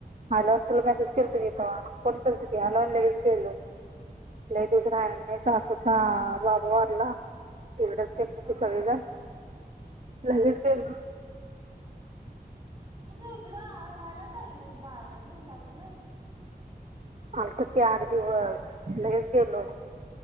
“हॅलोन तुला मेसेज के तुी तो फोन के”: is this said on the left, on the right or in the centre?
Right